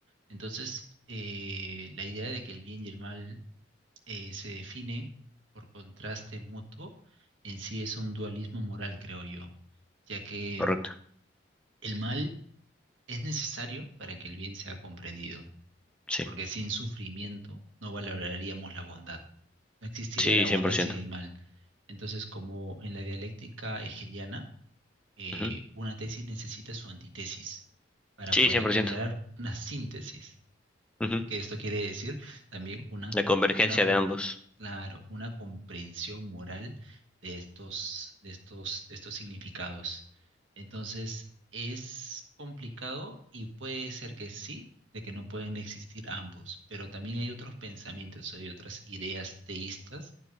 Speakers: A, on the right; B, in the centre.
A: Entonces, eh, la idea de que el bien y el mal eh, se definen por contraste mutuo, en sí es un dualismo moral, creo yo, ya que
B: Correcto.
A: el mal es necesario para que el bien sea comprendido,
B: Sí,
A: porque sin sufrimiento no valoraríamos la bondad, no existiría
B: sí,
A: la bondad
B: 100%.
A: sin el mal. Entonces, como en la dialéctica hegeliana, eh,
B: Ujú.
A: una tesis necesita su antítesis para
B: Sí,
A: poder
B: 100%.
A: generar una síntesis.
B: Ujú.
A: que esto quiere decir también una,
B: La convergencia
A: una, com-
B: de ambos.
A: claro, una comprensión moral de estos, de estos, de estos significados. Entonces, es complicado y puede ser que sí, de que no pueden existir ambos, pero también hay otros pensamientos, hay otras ideas teístas